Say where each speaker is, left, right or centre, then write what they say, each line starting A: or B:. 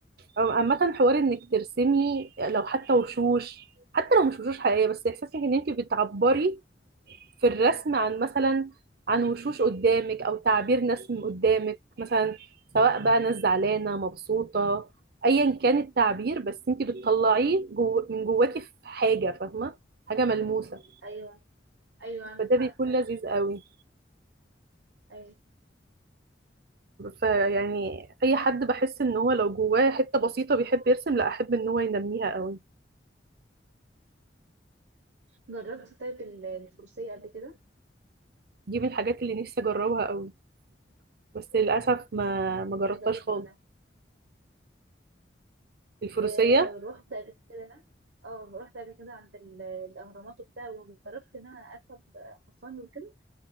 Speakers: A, on the right; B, on the right.
A: أو- عامه حوار انك ترسمي لو حتى وشوش حتى لو مش وشوش حقيقيه بس احساسك ان انت بتعبري في الرسم عن مثلا عن وشوش قدامك او تعبير ناس من قدامك مثلا سواء بقى ناس زعلانه مبسوطه ايا كان التعبير بس انت بتطلعيه جو من جواكي في حاجه فاهمه حاجه ملموسه
B: ايوه ايوه عندك
A: فده
B: حق
A: بيكون
B: فعلا
A: لذيذ قوي
B: ايوه
A: فيعني اي حد بحس ان هو لو جواه حته بسيطه بيحب يرسم لا احب ان هو ينميها قوي
B: جربت طيب ال- الفروسيه قبل كده
A: دي من الحاجات اللي نفسي اجربها قوي بس للاسف ما ما جربتهاش
B: عايزه اقول لك
A: خالص
B: وانا
A: الفروسيه
B: آه رحت قبل كده اه رحت قبل كده عند ال- الاهرامات وبتاع وجربت ان انا اركب حصان وكده